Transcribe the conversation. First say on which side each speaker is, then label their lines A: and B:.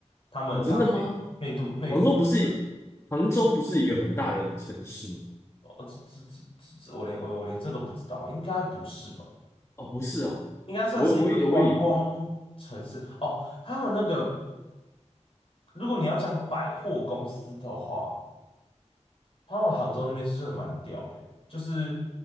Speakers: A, on the left; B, on the left.
A: 他们他们
B: 哦，真的吗？
A: 内内部内部人
B: 杭州不是杭州不是一个很大的城市吗？
A: 哦，这这这这，这我连我我连这都不知道，应该不是吧？
B: 哦，不是哦，
A: 应该算是一个观光城市哦。
B: 我我以我以为
A: 他们那个，如果你要讲百货公司的话，他们杭州那边是真的蛮屌的欸就是